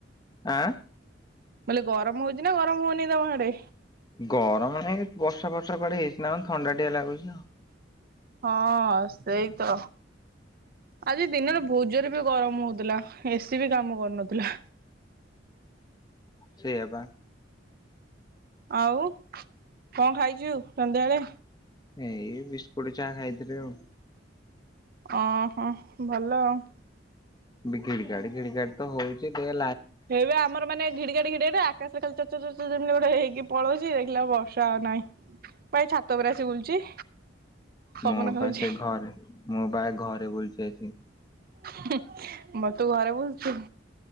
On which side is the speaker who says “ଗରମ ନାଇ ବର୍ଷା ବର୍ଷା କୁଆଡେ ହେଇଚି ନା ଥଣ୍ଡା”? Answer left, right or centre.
Left